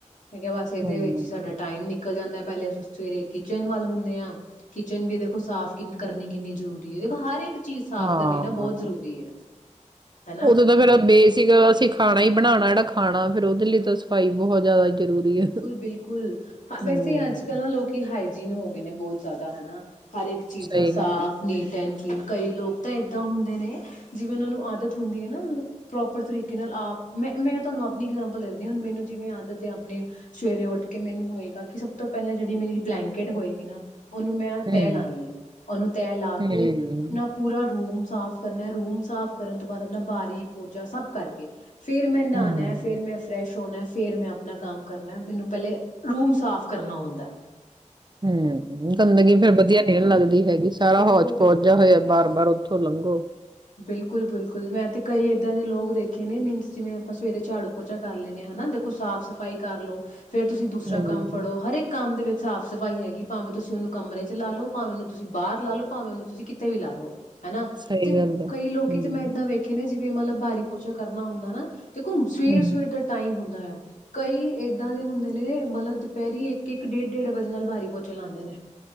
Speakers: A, on the left (about 75°); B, on the right (about 35°).
A: ਮੈਂ ਕਿਹਾ ਬਸ ਇਹਦੇ
B: ਹਮ
A: ਵਿੱਚ ਹੀ ਸਾਡਾ ਟਾਈਮ ਨਿਕਲ ਜਾਂਦਾ ਪਹਿਲੇ ਅਸੀਂ ਸਵੇਰੇ ਕਿਚਨ ਵੱਲ ਹੁੰਦੇ ਹਾਂ ਕਿਚਨ ਵੀ ਦੇਖੋ ਸਾਫ਼ ਕਿ ਕਰਨੀ ਕਿੰਨੀ ਜ਼ਰੂਰੀ ਹੈ ਦੇਖੋ ਹਰ ਇੱਕ ਚੀਜ਼ ਸਾਫ਼
B: ਹਾਂ
A: ਕਰਨੀ ਨਾ ਬਹੁਤ ਜ਼ਰੂਰੀ ਏ। ਹਨਾ
B: ਉਦੋਂ ਤਾਂ ਫੇਿਰ ਬੇਸਿਕ ਅਸੀਂ ਖਾਣਾ ਹੀ ਬਣਾਉਣਾ ਜਿਹੜਾ ਖਾਣਾ ਫੇਿਰ ਉਹਦੇ ਲਈ ਤਾਂ ਸਫ਼ਾਈ ਬਹੁਤ ਜ਼ਿਆਦਾ ਜ਼ਰੂਰੀ
A: ਬਿਲਕੁਲ
B: ਹੈ।
A: ਬਿਲਕੁਲ ਹ
B: ਹੂੰ,
A: ਵੈਸੇ ਅੱਜ ਕੱਲ੍ਹ ਨਾ ਲੋਕੀ ਹਾਈਜੀਨ ਹੋ ਗਏ ਨੇ ਬਹੁਤ ਜ਼ਿਆਦਾ ਹਨਾ ਹਰ ਇੱਕ ਚੀਜ਼ਾਂ
B: ਸਹੀ
A: ਸਾਫ਼
B: ਗੱਲ ਆ।
A: ਨਤ ਕਈ ਲੋਕ ਤਾਂ ਇਏਦਾਂ ਹੁੰਦੇ ਨੇ ਜਿਵੇਂ ਉਹਨਾਂ ਨੂੰ ਆਦਤ ਹੁੰਦੀ ਹੈ ਨਾ ਮਤਲਬ ਪ੍ਰੋਪਰ ਤਰੀਕੇ ਨਾਲ ਆਪ ਮੈਂ ਮੈਂ ਤੁਹਾਨੂੰ ਆਪਣੀ ਇਗਜਾਮਪਲ ਦੇਿੰਦੀ ਹਾਂ ਹੁਣ ਮੈਨੂੰ ਜਿਵੇਂ ਆਦਤ ਤੇ ਆਪਣੇ ਸਵੇਰੇ ਉੱਠ ਕੇ ਮੈਨੂੰ ਹੋਏਗਾ ਕਿ ਸਭ ਤੋਂ ਪਹਿਲਾਂ ਜਿਹੜੀ ਮੇਰੀ ਬਲੈਂਕਟ ਹੋਏਗੀ ਨਾ ਉਹਨੂੰ ਮੈਂ
B: ਹੂੰ,
A: ਤੈਅ ਲਾਉਂਦੀ ਹ ਉਹਨੂੰ ਤੈਅ ਲਾ
B: ਹੂੰ,
A: ਕੇ ਪੂਰਾ ਰੂਮ ਸਾਫ਼ ਕਰਨਾ ਰੂਮ ਸਾਫ਼ ਕਰਨ ਤੋਂ ਬਾਅਦ ਆਪਣਾ ਬਾਰੀ ਪੋਚਾ ਸਭ ਕਰਕੇ ਫਿਰ ਮੈਂ ਨਹਾਣਾ
B: ਹੂੰ,
A: ਫਿਰ ਮੈਂ ਫਰੈਸ਼ ਹੋਣਾ ਫੇਰ ਮੈਂ ਆਪਾਂ ਆਪਣਾ ਕੰਮ ਕਰਨਾ ਮੈਨੂੰ ਪਹਿਲੇ ਰੂਮ ਸਾਫ਼ ਕਰਨਾ ਹੁੰਦਾ ਹੈ
B: ਹਮ ਗੰਦਗੀ ਫੇਿਰ ਵਧੀਆ ਨ ਲੱਗਦੀ ਹੈਗੀ ਸਾਰਾ
A: ਬਿਲਕੁਲ
B: ਹੌਜ ਪੌਚਿ
A: ਬਿਲਕੁਲ
B: ਹੋਇਆ ਬਾਰ ਬਾਰ ਉ ਸਲੰਗੋ
A: ਬਿਲਕੁਲ ਬਿਲਕੁਲ ਮੈਂ ਤੇ ਕਈ ਏਦਾਂ ਦੇ ਲੋਕ ਦੇਖੇ ਨੇ ਮੀਨਸ ਜਿਵੇਂ ਆਪਾਂ ਸਵੇਰੇ ਝਾੜੂ ਪੋਚਾ ਕਰ ਲੈਂਣੇ ਹਾਂ ਹਨਾ ਦੇਖੋ ਸਾਫ਼ ਸਫ਼ਾਈ ਕਰ ਲੋ ਫੇਰ ਤੁਸੀਂ ਦੂਸਰਾ
B: ਹੂੰ।
A: ਕੰਮ ਫੜੋ ਹਰੇਕ ਕੰਮ ਦੇ ਵਿੱਚ ਸਾਫ਼ ਸਫ਼ਾਈ ਹੈਗੀ ਭਾਵੇਂ ਤੁਸੀਂ ਉਹਨੂੰ ਕਮਰੇ ਚ ਲਾ ਲਓ ਭਵੇਂ ਉਹਨੂੰਸੀਂਾਹਰ ਲਾ ਲਓ ਭਾਵੇਂ ਉਹਨੂੰ ਤੁਸੀਂ ਕਿੱਤੇ ਵੀ ਲਾ ਲ ਲੋ ਹਨਾ
B: ਸਹੀ
A: ਤੇ
B: ਗੱਲ ਆ। ਹੂੰ,
A: ਲੋਕੀ ਮੈਂ ੱਦਾਂ ਵੇਖੇ ਜਿਵੇਂ ਮਤਲਬ ਬਾਰੀ ਪੋਚਾ ਕਰਨਾ ਹੁੰਦਾ ਨਾ ਦੇਖੋ ਸਵੇਰ
B: ਹੂੰ,
A: ਸਵੇਰ ਦਾ ਟਾਈਮ ਹੁੰਦਾ ਆ ਕਈ ਏੱਦਾਂ ਦੇ ਹੁੰਦੇ ਨੇ ਮਤਲਬ ਦੁਪਹਿਰੀ ਇੱਕ ਇੱਕ ਡੇਢ ਡੇਢ ਵਜੇ ਨਾਲ ਬਾਰੀ ਪੋਚੇ ਲਾਉਂਦੇ ਨੇ